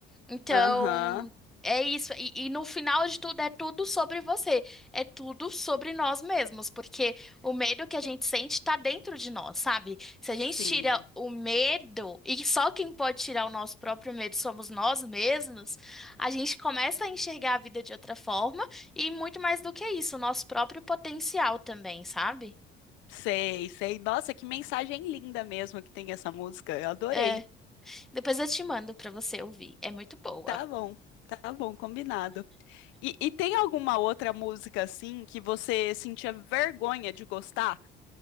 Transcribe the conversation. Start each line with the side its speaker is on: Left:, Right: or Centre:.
Centre: Então,
Left: Aham,
Centre: é isso. E, e no final de tudo, é tudo sobre você. É tudo sobre nós mesmos, porque o medo que a gente sente está dentro de nós, sabe? Se a
Left: sim.
Centre: gente tira o medo, e só quem pode tirar o nosso próprio medo somos nós mesmos, a gente começa a enxergar a vida de outra forma e muito mais do que isso, o nosso próprio potencial também, sabe?
Left: Sei, sei. Nossa, que mensagem linda mesmo que tem essa música. Eu adorei.
Centre: É, depois eu te mando para você ouvir. É muito boa.
Left: Tá bom, tá bom, combinado. E, e tem alguma outra música assim que você sentia vergonha de gostar?